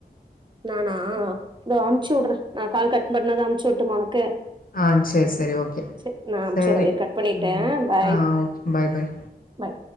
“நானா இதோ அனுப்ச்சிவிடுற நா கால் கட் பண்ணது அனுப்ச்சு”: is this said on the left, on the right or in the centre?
Right